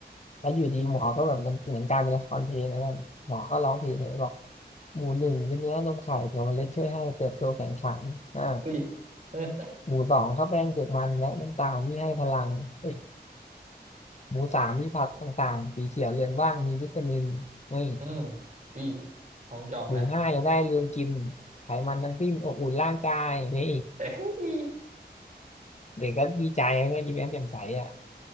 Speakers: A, on the left (about 40°); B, on the right (about 45°).
A: แล้วอยู่ดีหมอก็แบบมันเหมือนกลารเป็นละครเพลงนะแบบหมอก็ร้องเพลงเลยบอกหมู่หนึ่งเป็นเนื้อนมไข่ถั่วเมล็ดช่วยให้เติบโตแข็งขันอ่า
B: อุ้ยเออ
A: หมู่สองข้าวแป้งเปลือกมันและน้ำตาลที่ให้พลังเอ้ย หมูสามมีผักต่างๆสีเขียวเรืองว่างมีวิตามินนี่
B: อืมอุ้ยของจองนะ
A: หนูห้ายังได้เรืองกินไขมันทั้งสิ้นอบอุ่นร่างกายนี่
B: เอ้ย
A: เด็กก็ดีใจก็ยิ้มแย้มแจ่มใสอ่ะ